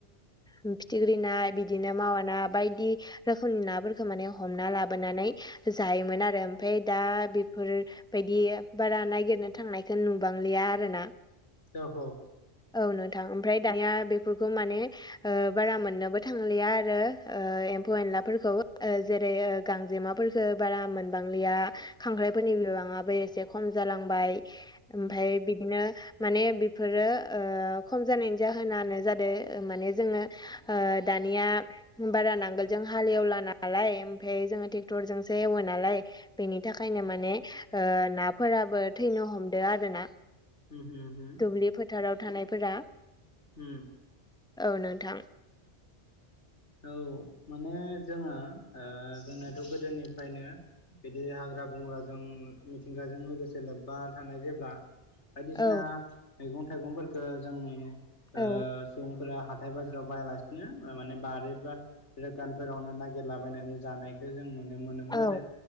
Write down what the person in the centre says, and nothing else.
फिथिख्रि ना बिदिनो मावा ना बायदि रोखोमनि नाफोरखौ माने हमना लाबोनानै जायोमोन आरो ओमफाय दा बेफोर बायदि बारा नागिरनो थांनायखौ नुबांलिया आरोना
औ नोंथां ओमफ्राय दानिया बेफोरखौ माने ओ बारा मोननोबो थांलिया आरो ओ एम्फौ एनलाफोरखौ जेरै गांजेमाफोर खो बारा मोनबांलिया खांख्राइफोरनि बिबाङाबो एसे खम जालांबाय ओमफाय बिदिनो माने बेफोरो ओ खम जानायनि जाहोनानो जादों माने जोङो दानिया बारा नांगोलजों हाल एवला नालाय ओमफाय जोङो ट्रेक्टरजोंसो एवो नालाय बेनि थाखायनो माने ओ नाफोराबो थैनो हमदो आरो ना
दुब्लि फोथाराव थानायफोरा
औ नोंथां
औ
औ
औ